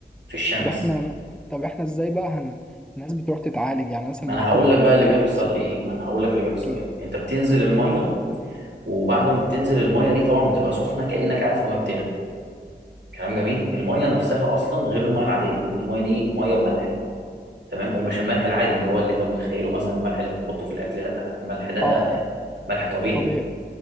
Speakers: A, on the right; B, in the centre.
A: في الشمس
B: طب احنا طب احنا ازاي بقى هن... الناس بتروح تتعالج يعني مثلا
A: ما
B: ما
A: انا
B: هو
A: هقول
B: كده انت
A: لك بقى
B: الواحد
A: اللي بيحصل
B: بيشوط
A: ايه ما انا هقول لك
B: التفكير
A: اللي بيحصل ايه انت بتنزل الميه وبعد ما بتنزل الميه دي طبعا بتبقى سخنه كانك قاعد في ميه بتغلي كلام جميل الميه نفسها اصلا غير الميه العاديه لان الميه دي ميه بملح تمام ومش الملح العادي اللي هو اللي انت متخيله مثلا الملح اللي بنحطه في الاكل لا الملح ده
B: اه اه
A: ملح طبيعي
B: طبيعي